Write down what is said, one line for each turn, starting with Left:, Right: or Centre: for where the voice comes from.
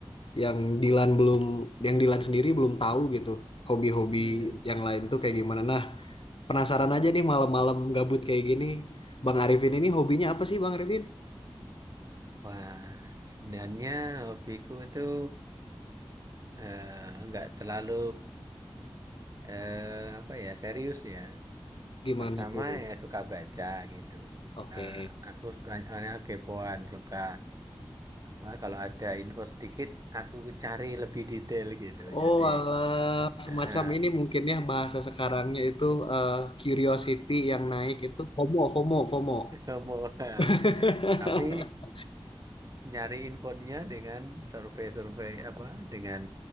Left: yang Dilan belum yang Dilan sendiri belum tahu gitu hobi-hobi
Right: hmm.
Left: yang lain tuh kayak gimana nah penasaran aja nih malam-malam gabut kayak gini Bang Arifin ini hobinya apa sih Bang Arifin
Right: Wah, sebenarnya hobiku tuh eh, nggak terlalu eh, apa ya serius ya.
Left: gimana
Right: Pertama
Left: tuh
Right: ya suka baca gitu.
Left: oke
Right: Nah, aku suka soalnya kepoan suka apa kalau ada info sedikit aku cari lebih detail gitu.
Left: oh
Right: Jadi
Left: alah semacam
Right: eh
Left: ini mungkin ya bahasa sekarangnya itu eh, curiosity yang naik itu FOMO FOMO FOMO
Right: <laughs> ya <laughs> mau eh,
Left: <laughs>
Right: tapi nyari infonya dengan survei-survei apa dengan